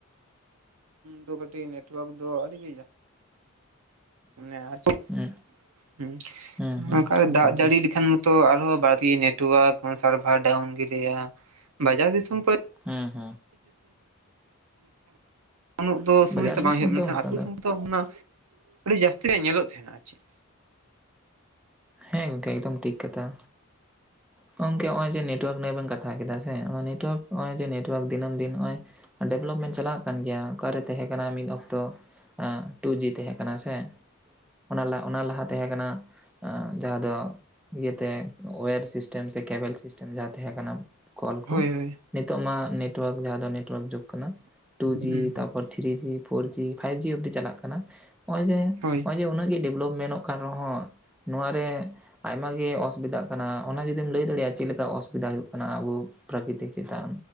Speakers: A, on the right (about 80°); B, in the centre.
A: ᱫᱚ ᱠᱟᱹᱴᱤᱡ ᱱᱮᱴᱚᱣᱟᱨᱠ ᱫᱚ ᱟᱹᱰᱤ ᱜᱮ ᱡᱟᱞᱟ ᱦᱮᱸ <unintelligible> ᱟᱫᱚ
B: ᱦᱮᱸ
A: ᱦᱩᱸ
B: ᱦᱮᱸ ᱦᱮᱸ
A: ᱚᱱᱠᱟ
B: ᱦᱳᱭ
A: ᱫᱟᱜ
B: ᱜᱚᱢᱠᱮ
A: ᱡᱟᱹᱲᱤ ᱞᱮᱠᱷᱟᱱ ᱢᱟᱛᱚ ᱟᱨᱦᱚᱸ ᱵᱟᱹᱲᱛᱤ ᱱᱮᱴᱚᱣᱟᱨᱠ ᱥᱟᱨᱵᱷᱟᱨ ᱰᱟᱣᱩᱱ ᱜᱮᱞᱟᱹᱭᱟ ᱵᱟᱡᱟᱨ ᱫᱤᱥᱚᱢ ᱠᱚᱨᱮ
B: ᱦᱮᱸ ᱦᱮᱸ
A: ᱩᱱᱟᱹᱜ ᱫᱚ ᱥᱚᱢᱚᱥᱥᱟ
B: ᱵᱟᱡᱟᱨ ᱫᱤᱥᱚᱢ
A: ᱵᱟᱝ ᱦᱩᱭᱩᱜᱼᱟ ᱢᱮᱱ
B: ᱫᱚ
A: ᱠᱷᱟᱱ
B: ᱚᱱᱠᱟ
A: ᱟᱛᱩ ᱥᱮᱱ ᱫᱚ ᱥᱚᱢᱚᱥᱥᱟ ᱛᱚ ᱚᱱᱟ ᱟᱹᱰᱤ ᱡᱟᱹᱥᱛᱤ ᱨᱮᱭᱟᱜ ᱧᱮᱞᱚᱜ ᱛᱟᱦᱮᱸᱱᱟ ᱟᱨ ᱪᱮᱫ
B: ᱦᱮᱸ ᱜᱚᱝᱠᱮ ᱮᱠᱫᱚᱢ ᱴᱷᱤᱠ ᱠᱟᱛᱷᱟ ᱜᱚᱝᱠᱮ ᱱᱚᱜ ᱚᱭ ᱡᱮ ᱱᱮᱴᱚᱣᱟᱨᱠ ᱱᱤᱭᱟᱹ ᱵᱮᱱ ᱠᱟᱛᱷᱟ ᱠᱮᱫᱟ ᱥᱮ ᱱᱮᱴᱚᱣᱟᱨᱠ ᱱᱚᱜᱼᱚᱭ ᱡᱮ ᱱᱮᱴᱚᱣᱟᱨᱠ ᱫᱤᱱᱟᱹᱢ ᱫᱤᱱ ᱱᱚᱜᱼᱚᱭ ᱰᱮᱵᱷᱞᱚᱯᱢᱮᱱᱴ ᱪᱟᱞᱟᱜ ᱠᱟᱱ ᱜᱮᱭᱟ ᱚᱠᱟᱨᱮ ᱛᱟᱦᱮᱸ ᱠᱟᱱᱟ ᱢᱤᱫ ᱚᱠᱛᱚ ᱴᱩ ᱡᱤ ᱛᱟᱦᱮᱸ ᱠᱟᱱᱟ ᱥᱮ ᱚᱱᱟ ᱚᱱᱟ ᱞᱟᱦᱟ ᱛᱟᱦᱮᱸ ᱠᱟᱱᱟ ᱡᱟᱦᱟᱸ ᱫᱚ ᱤᱭᱟᱹᱛᱮ ᱳᱭᱮᱨ ᱥᱤᱥᱴᱮᱢ ᱥᱮ ᱠᱮᱵᱮᱞ ᱥᱤᱥᱴᱮᱢ ᱡᱟᱦᱟᱸ ᱛᱟᱦᱮᱸ ᱠᱟᱱᱟ ᱠᱚᱞ ᱠᱚ
A: ᱦᱳᱭ ᱦᱳᱭ
B: ᱱᱤᱛᱚᱜ ᱢᱟ ᱱᱮᱴᱚᱣᱟᱨᱠ ᱡᱟᱦᱟᱸ ᱫᱚ ᱱᱮᱴᱚᱣᱟᱨᱠ ᱡᱩᱜᱽ ᱠᱟᱱᱟ ᱴᱩ ᱡᱤ
A: ᱦᱩᱸ
B: ᱛᱟᱯᱚᱨ ᱯᱚᱨ ᱛᱷᱨᱤ ᱡᱤ ᱯᱷᱳᱨ ᱡᱤ ᱯᱷᱟᱭᱤᱵᱷ ᱡᱤ ᱚᱵᱫᱤ ᱪᱟᱞᱟᱜ ᱠᱟᱱᱟ ᱱᱚᱜ ᱚᱭ ᱡᱮ
A: ᱦᱳᱭ
B: ᱱᱚᱜᱼᱚᱭ ᱡᱮ ᱩᱱᱟᱹᱜ ᱜᱮ ᱰᱮᱵᱷᱞᱚᱯᱢᱱᱚᱜ ᱠᱟᱱ ᱨᱮᱦᱚᱸ ᱱᱚᱣᱟ ᱨᱮ ᱟᱭᱢᱟ ᱜᱮ ᱚᱥᱩᱵᱤᱫᱟᱜ ᱠᱟᱱᱟ ᱚᱱᱟ ᱡᱩᱫᱤᱢ ᱞᱟᱹᱭ ᱫᱟᱲᱮᱭᱟᱜᱼᱟ ᱪᱮᱫ ᱞᱮᱠᱟ ᱚᱥᱩᱵᱤᱫᱟ ᱦᱩᱭᱩᱜ ᱠᱟᱱᱟ ᱟᱵᱚ ᱯᱨᱟᱠᱨᱤᱛᱤᱠ ᱪᱮᱛᱟᱱ